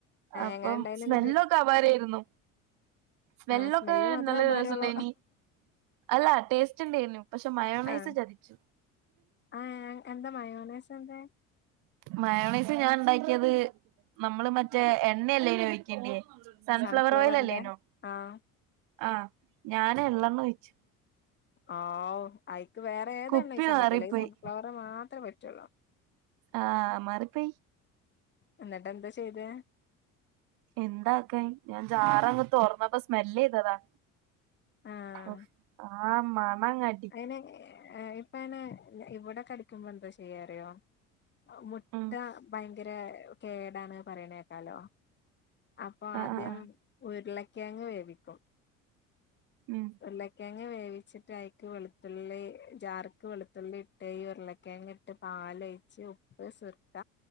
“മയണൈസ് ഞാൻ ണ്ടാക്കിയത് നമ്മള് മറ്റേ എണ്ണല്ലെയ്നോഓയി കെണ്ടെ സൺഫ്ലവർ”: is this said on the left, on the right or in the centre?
Right